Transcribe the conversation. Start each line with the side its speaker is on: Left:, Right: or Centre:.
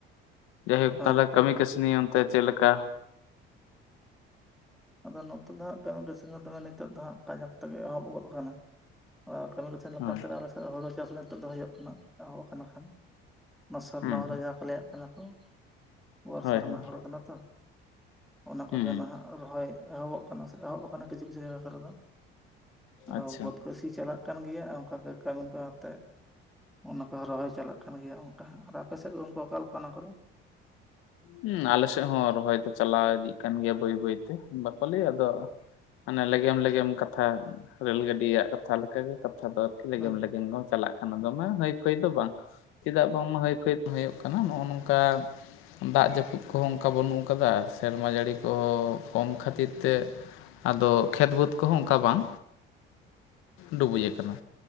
Left: ᱡᱟᱭᱦᱳᱠ
Centre: ᱦᱳᱭ
Left: ᱛᱟᱦᱚᱞᱮ
Centre: ᱦᱳᱭ
Left: ᱠᱟᱹᱢᱤ ᱠᱟᱹᱥᱱᱤ ᱚᱱᱛᱮ ᱪᱮᱫᱮᱠᱟ
Centre: ᱟᱫᱚ ᱱᱚᱛᱮ ᱫᱚ ᱦᱟᱸᱜ ᱠᱤᱥᱤ ᱫᱚᱮ ᱱᱤᱛᱚᱜ ᱫᱚ ᱦᱜ ᱠᱟᱡᱟᱠ ᱛᱮᱜᱮ ᱮᱦᱚᱵ ᱜᱚᱫ ᱟᱠᱟᱱᱟ ᱠᱟᱹᱢᱤ ᱠᱚ ᱛᱟᱦᱮᱱ ᱞᱮᱠᱟᱛᱮ
Left: ᱦᱳᱭ
Centre: ᱟᱞᱮ ᱥᱮᱫ ᱦᱩᱲᱩ ᱪᱟᱥ ᱱᱤᱛᱚᱜ ᱫᱚᱦ ᱦᱩᱭᱩᱜᱚᱭ ᱠᱟᱱᱟ ᱮᱦᱚᱵ ᱠᱟᱱᱟ ᱠᱷᱟᱱ ᱚᱱᱟ ᱥᱟᱨᱱᱟ
Left: ᱦᱩᱸ
Centre: ᱦᱚᱲ ᱡᱟᱦᱟᱸ ᱠᱚ ᱞᱟᱹᱭᱟᱜ ᱠᱟᱱᱟ ᱠᱚ ᱵᱚᱨᱥᱟ
Left: ᱦᱳᱭ
Centre: ᱨᱮᱱᱟᱜ
Left: ᱦᱳᱭ
Centre: ᱦᱚᱲ ᱠᱟᱱᱟ ᱛᱚ ᱚᱱᱟ
Left: ᱦᱩᱸ
Centre: ᱠᱚᱜᱮ ᱱᱟᱦᱟᱸᱜ ᱮᱦᱚᱵᱚᱜ ᱠᱟᱱᱟ ᱥᱮ ᱮᱦᱚᱵ ᱟᱠᱟᱱᱟ ᱠᱤᱪᱷᱩ ᱠᱤᱪᱷᱩ ᱡᱟᱭᱜᱟ ᱠᱚᱨᱮ ᱫᱚ᱾ ᱟᱫᱚ
Left: ᱟᱪᱪᱷᱟ
Centre: ᱵᱚᱫ ᱠᱚᱥᱤ ᱪᱟᱞᱟᱜ ᱾ ᱠᱟᱱ ᱜᱮᱭᱟ ᱚᱱᱠᱟᱜᱮ ᱠᱟᱹᱢᱤ ᱠᱚ ᱟᱛᱮᱫ ᱚᱱᱟ ᱨᱚᱦᱚᱭ ᱪᱟᱞᱟᱜ ᱠᱟᱱ ᱜᱮᱭᱟ ᱚᱱᱠᱟ ᱟᱨ ᱟᱯᱮ ᱥᱮᱫ ᱠᱚ ᱩᱱ ᱠᱚ ᱚᱠᱟᱞ ᱠᱚ ᱚᱱᱟ ᱠᱚᱫᱚ
Left: ᱦᱮᱸ ᱟᱞᱮᱥᱮᱫ ᱦᱚᱸ ᱨᱚᱦᱚᱭ ᱫᱚ ᱪᱟᱞᱟᱣ ᱤᱫᱤᱜ ᱠᱟᱱ ᱜᱮᱭᱟ ᱵᱟᱹᱭ ᱵᱟᱹᱭᱛᱮ ᱵᱟᱠᱚ ᱞᱟᱹᱭᱟ ᱟᱫᱚ ᱢᱟᱱᱮ ᱞᱮᱜᱮᱢ ᱞᱮᱜᱮᱢ ᱠᱟᱛᱷᱟ ᱨᱮᱹᱞ ᱜᱟᱹᱰᱤᱭᱟᱜ ᱠᱟᱛᱷᱟ ᱞᱮᱠᱟᱜᱮ ᱠᱟᱛᱷᱟ ᱫᱚ ᱞᱮᱜᱮᱢ
Centre: ᱦᱳᱭ
Left: ᱞᱮᱜᱮᱢ ᱫᱚ ᱪᱟᱞᱟᱜ ᱠᱟᱱᱟ ᱫᱚᱢᱮ ᱦᱟᱹᱭ ᱯᱷᱟᱹᱭ ᱫᱚ ᱵᱟᱝ ᱪᱮᱫᱟᱜ ᱵᱟᱝᱢᱟ ᱦᱟᱹᱭᱯᱷᱟᱹᱭ ᱦᱩᱭᱩᱜ ᱠᱟᱱᱟ ᱱᱚᱜᱼᱚᱭ ᱱᱚᱝᱠᱟ ᱫᱟᱜ ᱡᱟᱹᱯᱩᱫ ᱠᱚᱦᱚᱸ ᱚᱱᱠᱟ ᱵᱟᱹᱱᱩᱜ ᱟᱠᱟᱫᱟ ᱥᱮᱨᱢᱟ ᱡᱟᱹᱲᱤ ᱠᱚᱦᱚᱸ ᱠᱚᱢ ᱠᱷᱟᱹᱛᱤᱨ ᱛᱮ ᱟᱫᱚ ᱠᱷᱮᱛ ᱵᱟᱹᱫᱽ ᱠᱚᱦᱚᱸ ᱚᱱᱠᱟ ᱵᱟᱝ ᱰᱩᱵᱩᱡ ᱟᱠᱟᱱᱟ